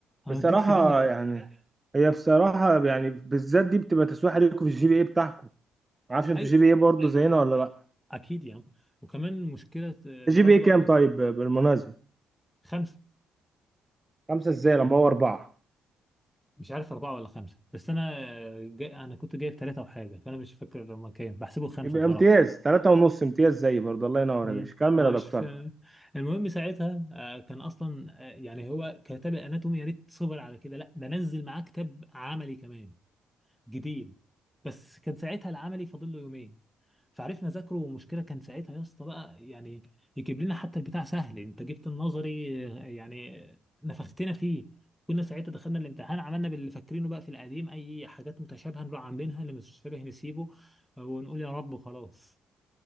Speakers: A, in the centre; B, on the right.
A: هوديك
B: بصراحه
A: في داهية
B: يعني
A: أصلا
B: هي بصراحه يعني بالذات دي بتبقى تسويح ليكم في الجي بي اي بتاعكم ما اعرفش انتوا
A: أيوة
B: جي بي اي
A: أنا-
B: برضه زينا ولا لا
A: أكيد يعني وكمان المشكلة الأكبر
B: الجي بي اي كام
A: في
B: طيب بالمناسبه
A: خمسة
B: خمسه ازاي لما هو اربعه
A: مش عارف أربعة ولا خمسة بس أنا جاي أنا كنت جايب ثلاثة وحاجة فأنا مش فاكر لما كان بحسبه خمسة
B: يبقى
A: بصراحة
B: امتياز تلاتة ونص امتياز زي برضه الله ينور
A: مم.
B: يا باشا كمل
A: أنا
B: يا
A: مش
B: دكتور
A: فا... المهم ساعتها آه، كان أصلا آه، يعني هو كتاب الأناتومي يا ريت صبر على كده لا ده نزل معاه كتاب عملي كمان جديد بس كان ساعتها العملي فاضل له يومين فعرفنا نذاكره ومشكلة كان ساعتها يا اسطى بقى يعني يجيب لنا حتى البتاع سهل انت جبت النظري آه، يعني آه، نفختنا فيه كنا ساعتها دخلنا الامتحان عملنا باللي فاكرينه بقى في القديم اي حاجات متشابهة نروح عاملينها اللي مش متشابه نسيبه آه، ونقول يا رب خلاص